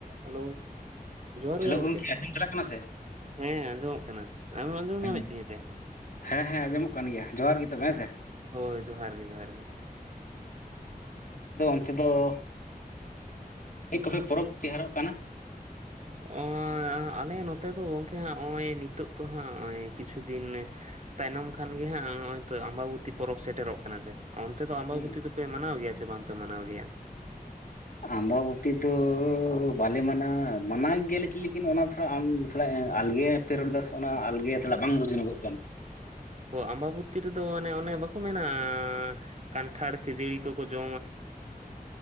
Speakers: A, on the right; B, on the left.
A: Hello ᱡᱚᱦᱟᱨ
B: hello
A: ᱜᱮ ᱜᱚᱝᱠᱮ
B: ᱟᱸᱡᱚᱢ ᱪᱟᱞᱟᱜ ᱠᱟᱱᱟ
A: ᱦᱮᱸ ᱟᱸᱡᱚᱢᱚᱜ ᱠᱟᱱᱟ ᱟᱢᱮᱢ ᱟᱸᱡᱚᱢ
B: ᱦᱚᱸ
A: ᱧᱟᱢᱮᱫ ᱛᱤᱧᱟᱹ ᱥᱮ
B: ᱦᱮᱸ ᱦᱮᱸ ᱟᱸᱡᱚᱢᱚᱜ ᱠᱟᱱ ᱜᱮᱭᱟ ᱡᱚᱦᱟᱨ ᱜᱮ ᱛᱚᱵᱮ ᱦᱮᱸᱥᱮ
A: ᱦᱳᱭ ᱡᱚᱦᱟᱨ ᱜᱮ ᱡᱚᱦᱟᱨ ᱜᱮ
B: ᱛᱮᱫᱚ ᱪᱤᱫ ᱠᱚᱯᱮ ᱯᱚᱨᱚᱵᱽ ᱛᱮᱭᱟᱨᱚᱜ ᱠᱟᱱᱟ?
A: ᱚ
B: <inaudible>
A: ᱟᱞᱮ ᱱᱚᱛᱮ ᱫᱚ ᱜᱚᱝᱠᱮ ᱦᱟᱸᱜ ᱱᱚᱜᱼᱚᱭ ᱱᱤᱛᱚᱜ ᱫᱚ ᱦᱟᱸᱜ ᱱᱚᱜᱼᱚᱭ ᱠᱤᱪᱷᱩ ᱫᱤᱱ ᱛᱟᱭᱱᱚᱢ ᱠᱷᱟᱱ ᱜᱮ ᱦᱟᱸᱜ <unintelligible> ᱛᱚ ᱟᱢᱵᱟᱵᱩ ᱯᱚᱨᱚᱵᱽ ᱥᱮᱴᱮᱨᱚᱜ ᱠᱟᱱᱟ ᱥᱮ ᱚᱱᱛᱮ ᱫᱚ ᱟᱢᱵᱟᱵᱚᱛᱤ
B: ᱦᱩᱸ
A: ᱫᱚᱯᱮ ᱢᱟᱱᱟᱣ ᱜᱮᱭᱟ ᱥᱮ ᱵᱟᱝᱯᱮ ᱢᱟᱱᱟᱣ ᱜᱮᱭᱟ?
B: ᱟᱢᱵᱟᱵᱚᱛᱤ ᱫᱚ ᱵᱟᱞᱮ ᱢᱟᱱᱟᱣᱟ᱾ ᱢᱟᱱᱟᱣ ᱜᱮᱭᱟᱞᱮ ᱪᱚ ᱞᱮᱤᱠᱤᱱ ᱚᱱᱟ ᱛᱷᱚᱲᱟ ᱟᱢ ᱛᱷᱚᱲᱟ ᱟᱞᱜᱮ ᱯᱷᱮ ᱨᱚᱲ ᱫᱟ ᱥᱮ ᱚᱱᱟ ᱟᱞᱜᱮ ᱛᱷᱚᱲᱟ ᱵᱟᱝ ᱵᱩᱡᱷ ᱡᱷᱤᱱᱚᱜᱚᱜ ᱠᱟᱱ
A: ᱟᱢᱵᱟᱵᱚᱛᱤ ᱨᱮᱫᱚ ᱚᱱᱮ ᱚᱱᱮ ᱵᱟᱠᱚ ᱢᱮᱱᱟ ᱠᱟᱱᱴᱷᱟᱲ ᱠᱷᱟᱹᱡᱲᱤ ᱠᱚᱠᱚ ᱡᱚᱢᱟ᱾
B: <inaudible>